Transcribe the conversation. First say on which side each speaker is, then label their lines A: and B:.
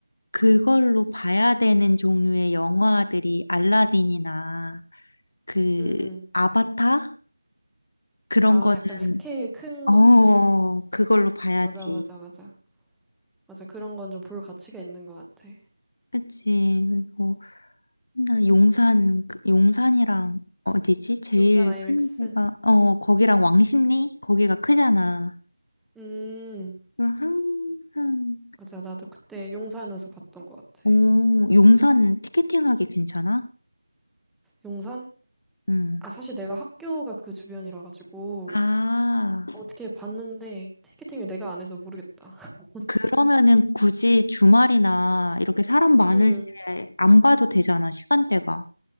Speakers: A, on the left; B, in the centre.
A: 그걸로 봐야 되는 종류의 영화들이 알라딘이나 그
B: 응응.
A: 아바타? 그런
B: 아
A: 거는,
B: 약간 스케일 큰
A: 어,
B: 것들.
A: 그걸로 봐야지.
B: 맞아 맞아 맞아. 맞아, 그런 건 좀 볼 가치가 있는 것 같아.
A: 그치. 그리고 나 용산, 그 용산이랑 어디지? 제일
B: 용산 아이맥스?
A: 큰 데가, 어, 거기랑 왕십리? 거기가 크잖아.
B: 음,
A: 그래서 항상,
B: 맞아, 나도 그때 용산에서 봤던 것 같아.
A: 오, 용산 티켓팅 하기 괜찮아?
B: 용산?
A: 응.
B: 아, 사실 내가 학교가 그 주변이라 가지고
A: 아.
B: 어떻게 봤는데 티켓팅을 내가 안 해서 모르겠다. <laughs>
A: 그러면은 굳이 주말이나 이렇게 사람 많을
B: 음,
A: 때 안 봐도 되잖아, 시간대가.